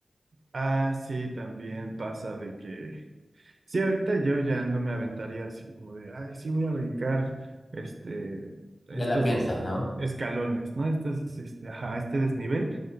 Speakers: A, on the right (about 55°); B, on the left (about 50°).
A: Ah, sí, también pasa de que Sí, ahorita yo ya no me aventaría así como de, ay, sí voy a brincar este, estos
B: Ya la piensas, ¿no?
A: escalones, ¿no? Este, este, ajá, este desnivel,